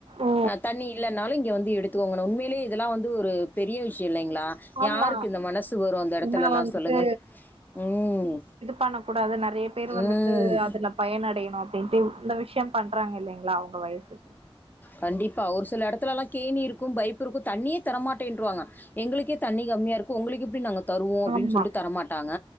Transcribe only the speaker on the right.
ஓ
ஆமா
ஏன்னா வந்துட்டு
பண்ணக்கூடாது நெறய பேர் வந்துட்டு
அதுல பயனடையணு அப்டின்ட்டு இந்த விஷய பண்றாங்கல்லைங்ளா அவங்க வயசுக்கு
ஆமா